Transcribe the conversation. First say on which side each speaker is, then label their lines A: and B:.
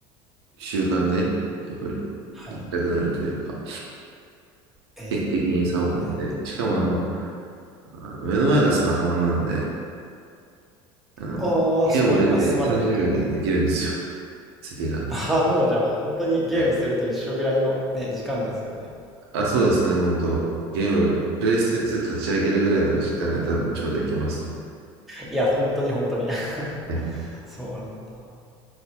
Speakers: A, on the right (about 85°); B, in the centre.
A: 習慣で、やっぱり行きたくなるというか、
B: はい。え
A: 定期的に竿を持って、
B: ー、
A: しかもあの、あの目の前が砂浜なんで、あの、
B: おー、
A: 家を出て30秒でできるんですよ、
B: その今住まれてるところの。
A: 釣りが。
B: ああ、もうじゃあ本当にゲームすると一緒ぐらいのね、
A: はい。
B: 時間ですよね。
A: あ、そうですね、本当ゲーム、プレイステツー立ち上げるぐらいの時間で多分ちょうどいけますね。
B: いや、本当に本当に <laughs>
A: はい。
B: そうなんだ。